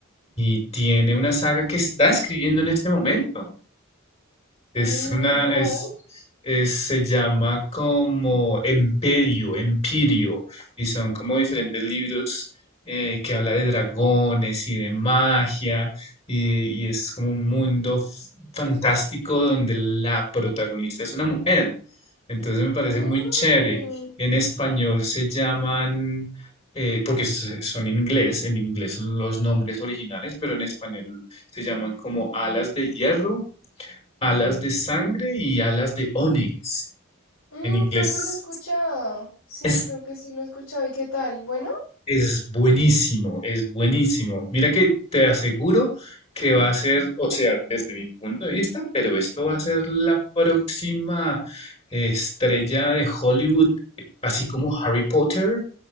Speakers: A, on the left; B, on the left.
A: y tiene una saga que está escribiendo en este momento. Es
B: Mm,
A: una,
B: ¿cuál?
A: es, es- se llama como Emperio, Empirio, y son como diferentes libros eh, que habla de dragones y de magia, y, y es como un mundo f- fantástico donde la protagonista es una mujer. Entonces me parece
B: Mm.
A: muy chévere. En español se llaman, eh, porque s- son en inglés, en inglés son los nombres originales, pero en español se llaman como Alas de Hierro Alas de sangre y alas de onix
B: Mm,
A: en inglés.
B: creo que lo he escuchado. Sí,
A: Es,
B: creo que sí lo he escuchado. ¿Y qué tal? ¿Bueno?
A: es buenísimo, es buenísimo. Mira que te aseguro que va a ser, o sea, desde mi punto de vista, pero esto va a ser la próxima eh, estrella de Hollywood, eh, así como Harry Potter,